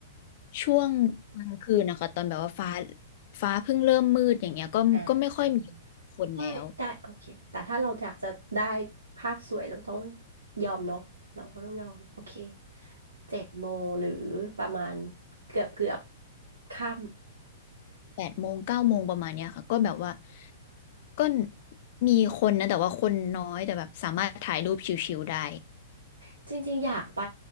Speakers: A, on the left; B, on the right.
A: ช่วงกลางคืนนะคะตอนแบบว่าฟ้าฟ้าเพิ่งเริ่มมืดอย่างเงี้ยก็ก็ไม่ค่อยมี
B: น <laughs> อ่า
A: คนแล้ว
B: ได้ได้โอเคแต่ถ้าเราอยากจะได้ภาพสวยเราต้องยอมเนาะเราก็ต้องยอมโอเคเจ็ดโมงหรือประมาณเกือบเกือบค่
A: แปดโมงเก้าโมงประมาณเนี้ยค่ะก็แบบว่าก็มีคนนะแต่ว่าคนน้อยแต่แบบสามารถถ่ายรูปชิวๆได้
B: ำจริงๆอยากไป